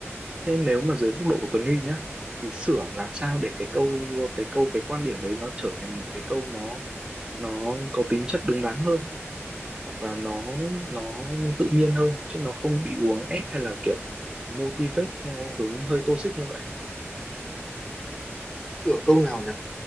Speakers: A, on the right (about 20°); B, on the left (about 20°).
A: thế nếu mà dưới góc độ của Tuấn Huy nhá thì sửa làm sao để cái câu cái câu cái quan điểm đấy nó trở thành một cái câu nó nó có tính chất đúng đắn hơn hoặc là nó nó tự nhiên hơn chứ nó không bị uốn ép hay là kiểu motivate theo hướng hơi toxic như vậy
B: kiểu câu nào nhỉ